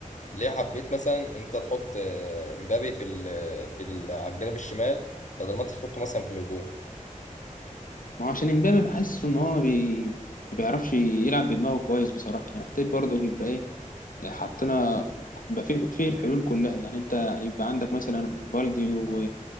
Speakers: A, on the left; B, on the left.
A: ليه حبيت مثلا ان انت تحط آه، مبابي في ال في ال على الجانب الشمال بدل ما انت تحطه مثلا في الهجوم
B: هو عشان امبابي بحس ان هو بي... ما بيعرفش يلعب بدماغه كويس بصراحه انا محتاج برضه ان يبقى ايه حطينا يبقى في في الحلول كلها يعني انت يبقى عندك مثلا بالدي و...